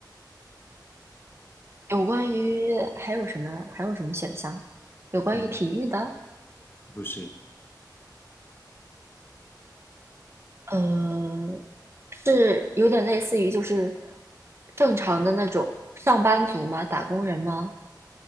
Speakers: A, on the right; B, on the left.
A: 有关于还有什么还有什么选项？有关于体育的，
B: 嗯，不是，
A: 嗯，是有点类似于就是正常的那种上班族吗？打工人吗？